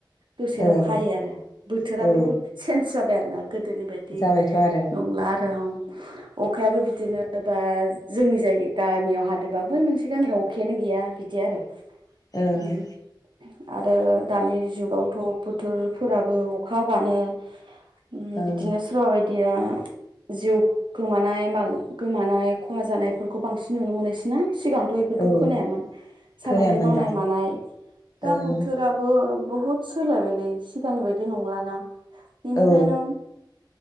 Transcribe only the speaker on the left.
ओं
औ
जाबायथ' आरो
ओं
ओं
औ
खोनायामोन
दा
ओं
औ